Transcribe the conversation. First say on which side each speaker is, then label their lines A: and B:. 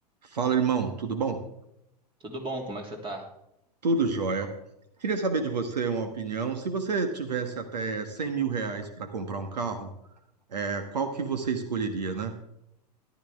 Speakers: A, on the right; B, on the right.
A: Fala, irmão, tudo bom?
B: Tudo bom? Como é que você tá?
A: Tudo jóia. Queria saber de você uma opinião. Se você tivesse até 100 mil reais para comprar um carro, é, qual que você escolheria, né?